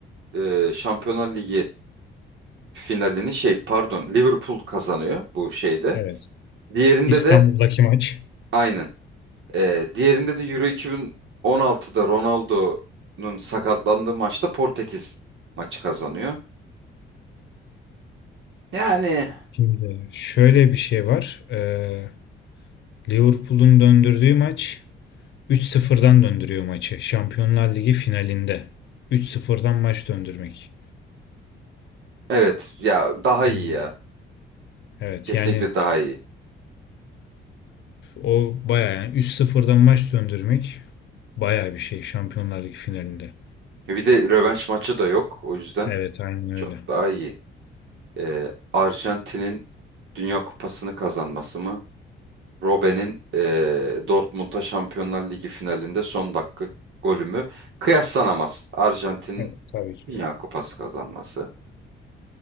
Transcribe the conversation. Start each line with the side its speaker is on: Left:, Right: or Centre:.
Right: e, Şampiyonlar Ligi finalini şey pardon Liverpool kazanıyor bu şeyde.
Left: Evet.
Right: Diğerinde
Left: İstanbul'daki
Right: de
Left: maç.
Right: aynen. Ee, diğerinde de Euro 2016'da Ronaldo'nun sakatlandığı maçta Portekiz maçı kazanıyor. Yani
Left: Şimdi şöyle bir şey var. E, Liverpool'un döndürdüğü maç 3-0'dan döndürüyor maçı. Şampiyonlar Ligi finalinde. 3-0'dan maç döndürmek.
Right: evet ya daha
Left: Hmm.
Right: iyi ya.
Left: Evet
Right: Kesinlikle
Left: yani
Right: daha iyi.
Left: O bayağı yani 3 sıfırdan maç söndürmek bayağı bir şey Şampiyonlar Ligi finalinde.
Right: Bir de rövanş maçı da yok. O yüzden
Left: Evet aynen
Right: çok
Left: öyle.
Right: daha iyi. Ee, Arjantin'in Dünya Kupası'nı kazanması mı? Robben'in ee, Dortmund'a Şampiyonlar Ligi finalinde son dakika golü mü? Kıyaslanamaz. Arjantin'in
Left: Evet tabii ki.
Right: Dünya Kupası kazanması.